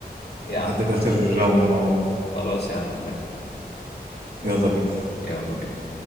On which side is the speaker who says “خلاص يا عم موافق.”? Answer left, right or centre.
Left